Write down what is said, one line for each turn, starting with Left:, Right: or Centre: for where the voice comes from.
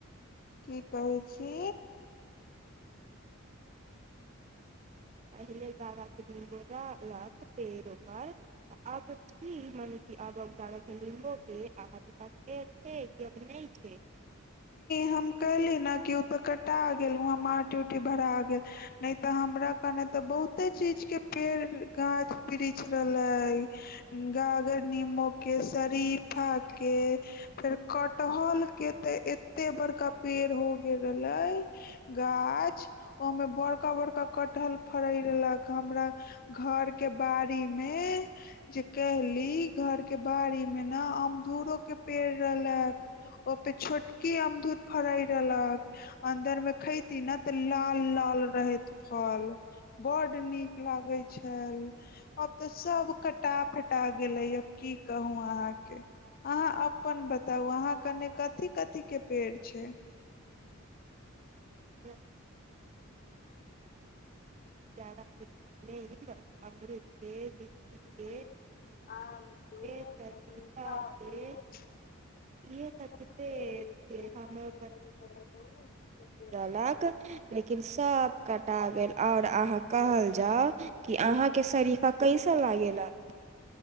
Left: की कहै छी
Right: पहिले दादा के नींबू रहलक पेड़ पर अब छी मने कि आब दादा के नींबो के अहाँ के पास पेड़ छै कि अब नहि छै
Left: हम कही बकट्टा आ गेलह मारट भरा गेल ने तऽ हमरा कने ते बहुते चीज के पेड़ गाछ वृक्ष रहले गागर नबो के सरीफा के फेर कटहल के ते एते बड़का पेड़ हो गेल रहले गाछ ओमे बड़का बड़का कटहल फड़ई रहलक हमरा घर के बाड़ी मे जे कहली घर के बाड़ी में ने अमदुरो के पेड़ रहलक ओपे छोटकी अमदुर फड़ई रहलक अदर में खेती न तऽ लाल लाल रहैत फल बड नीक लागे छल अब तऽ सब कटा फटा गेले अब की कहू अहाँ के अहाँ अपन बताउ अहााँ कने कथी कथी के पेड़ छै
Right: ज जााद नहि ब अमत
Left: आ
Right: सरीफा के इहे सबके पेड़ छै हमरो लाख ल लेकिन सभ कटा गेल आओर अहाँ कहल जाउ कि अहाँके शरीफा कैसा लागेलत